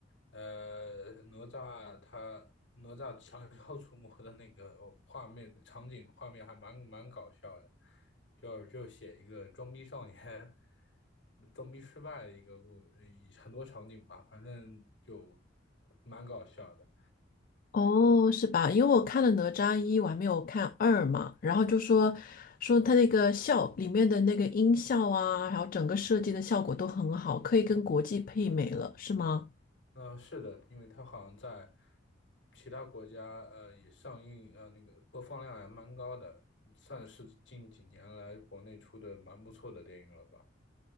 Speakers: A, on the left; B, on the left.
A: 呃，哪吒他哪吒降 <laughs> 妖除魔的那个画面场景画面还蛮蛮搞笑的，就就写一个装逼少年装逼失败的一个故，一很多场景吧，反正就蛮搞笑的。
B: 哦，是吧？因为我看了《哪吒一》，我还没有看二嘛，然后就说说他那个效里面的那个音效啊，还有整个设计的效果都很好，可以跟国际媲美了，是吗？
A: 嗯、呃是的，因为它好像在其他国家，呃，也上映，呃，那个播放量还蛮高的，算是近几年来国内出的蛮不错的电影了吧？